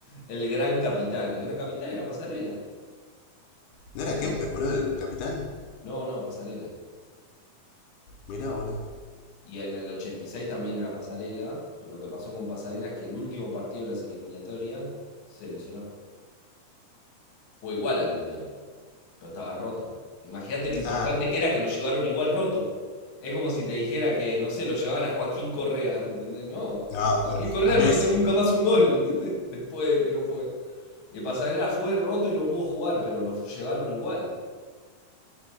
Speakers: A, on the left (about 50°); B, on the left (about 80°).
A: El gran capitán. El gran capitán era Pasarela.
B: no
A: Eh,
B: era Kempes, boludo, el capitán.
A: no, no, Pasarela era.
B: Mirá, boludo.
A: Y en el 86 también era Pasarela, pero lo que pasó con Pasarela es que el último partido de las eliminatorias se lesionó. Fue igual al Mundial. Pero estaba roto. Imagínate lo importante
B: Ah,
A: que era que lo llevaron igual roto. Es como si te dijera que, no sé, lo llevaban a Joaquín Correa, <laughs> ¿entendés? No,
B: no,
A: Joaquín
B: bueno,
A: Correa
B: a Messi,
A: no metió
B: boludo.
A: nunca más un gol <laughs> después de que no fue. Y Pasarela fue roto y no pudo jugar, pero lo llevaron igual.